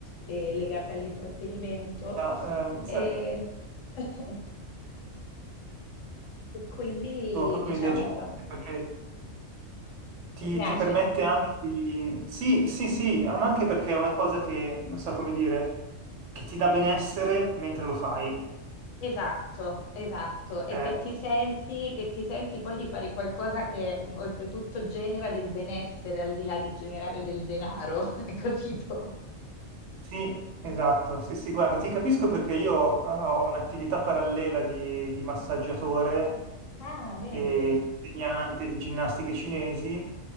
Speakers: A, on the left; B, on the right.
A: e legata all'intrattenimento.
B: Ah, ehm,
A: E
B: sai,
A: <laughs> quindi,
B: tu hai proprio
A: diciamo,
B: un'idea geniale, perché ti,
A: ti piace?
B: ti permette anche di... Sì, sì, sì, ah, ma anche perché è una cosa che, non so come dire, che ti dà benessere mentre lo fai.
A: Esatto, esatto, e
B: Eh,
A: che ti senti, che ti senti poi di fare qualcosa che mm, oltretutto genera del benessere al di là di generare del denaro, <laughs> hai capito?
B: Sì, esatto, sì, sì, guarda, ti capisco perché io eh, ho un'attività parallela di, di massaggiatore
A: Ah, vedi?
B: e insegnante di ginnastiche cinesi